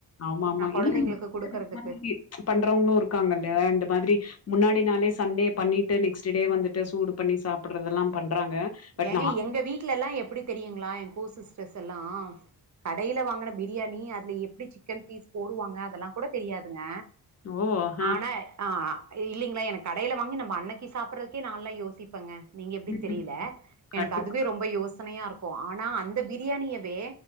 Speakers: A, on the left (about 35°); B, on the right (about 40°).
A: ஆமாமா.
B: நா கொழந்தைங்களுக்கு
A: இல்ல
B: குடுக்கறதுக்கு
A: மாதிரி பண்றவங்களு இருக்காங்க இல்லையா அந்த மாதிரி முன்னாடி நாளே சண்டே பண்ணிட்டு நெக்ஸ்ட் டே வந்துட்டு சூடு பண்ணி சாப்பிறதல்லா பண்றாங்க பட்
B: ஏங்க
A: நா
B: எங்க வீட்லெல்லா எப்பிடி தெரியுங்களா ஏ கோ சிஸ்டர்ஸெல்லா கடையில வாங்குன பிரியாணி அதுல எப்டி சிக்கன் பீஸ் போடுவாங்க அதெல்லா கூட தெரியாதுங்க
A: ஓ ஆ
B: ஆன ஆ இல்லைங்ளே எனக்கு கடையில வாங்கி நம்ம அன்னைக்கி சாப்பிட்றதுக்கே நான்லா யோசிப்பங்க நீங்க எப்பிடின்னு
A: ம்,
B: தெரியல எனக்கு
A: கண்டிப்பா
B: அதுவே ரொம்ப யோசனையாருக்கு ஆனா அந்த பிரியாணியவே